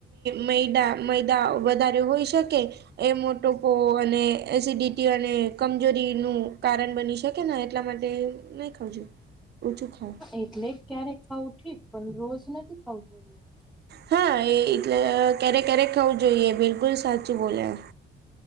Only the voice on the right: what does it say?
મેૈદા મૈદા વધારે હોઈ શકે. એ મોટો પોવો અને એસિડિટી અને કમજોરી નું કારણ બની શકે. એટલા માટે નહી ખાવજ ઓછું ખાવ
હા એટલે ક્યારેક ક્યારેક ખાવું જોઈએ બિલકુલ સાચું બોલ્યા.